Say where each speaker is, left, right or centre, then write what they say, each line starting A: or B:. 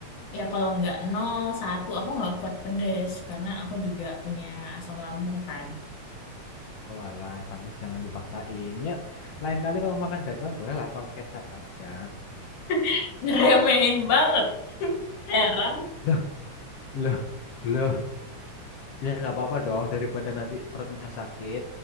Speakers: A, on the left; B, on the left.
A: ya kalau nggak nol, satu, aku nggak kuat pedes. Karena aku juga punya asam lambung kan.
B: Oh alah, pantas jangan dipaksain. Ya, lain kali kalau makan gacoan bolehlah pakai kecap aja.
A: <laughs> Ngeremehin banget. Heran.
B: Lah, lah, lah. Ya nggak apa-apa dong daripada nanti perutnya sakit.